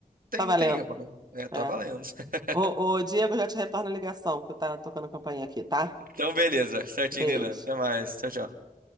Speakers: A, on the right (about 85°); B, on the right (about 30°).
A: tem,
B: Tá valendo.
A: não tem erro, né? É, tá
B: É.
A: valendo. <laughs>
B: Ô, ô, Diego, já te retorno a ligação, porque tá tocando a campainha aqui, tá?
A: Então, beleza. Certinho,
B: Beijo.
A: Nina. Até mais. Tchau, tchau.